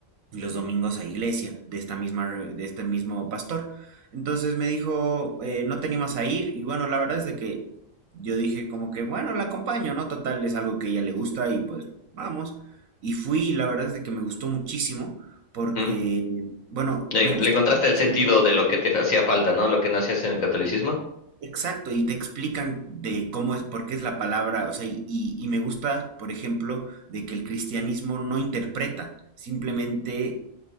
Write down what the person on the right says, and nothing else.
y los domingos a iglesia de, esta misma, de este mismo pastor. Entonces me dijo, eh, no te animas a ir y bueno, la verdad es de que yo dije como que, bueno, la acompaño, ¿no? Total, es algo que a ella le gusta y pues vamos. Y fui y la verdad es de que me gustó muchísimo porque,
bueno,
me gusta
que, por
ejemplo,
sí,
e- exacto, y te explican de cómo es, por qué es la palabra, o sea, y, y y me gusta, por ejemplo, de que el cristianismo no interpreta, simplemente